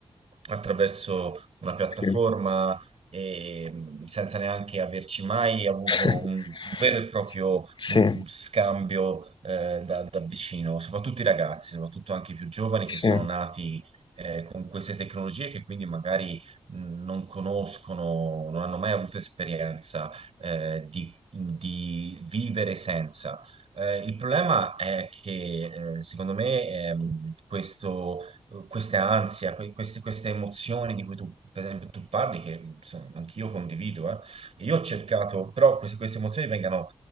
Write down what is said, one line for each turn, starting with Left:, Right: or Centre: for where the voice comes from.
Right: attraverso una piattaforma
Left: Sì.
Right: e mh, senza neanche averci mai avuto
Left: <laughs>
Right: un, un vero e proprio
Left: S sì,
Right: mm, scambio eh, da, da vicino, soprattutto i ragazzi, soprattutto anche i più giovani
Left: sì,
Right: che sono nati eh, con queste tecnologie che quindi magari mh, non conoscono, non hanno mai avuto esperienza eh, di, di vivere senza. Eh, il problema è che eh, secondo me ehm, questo questa ansia, que- queste, queste emozioni di cui tu, per esempio, tu parli, che insomma, anch'io condivido, eh. Io ho cercato, però queste, queste emozioni vengano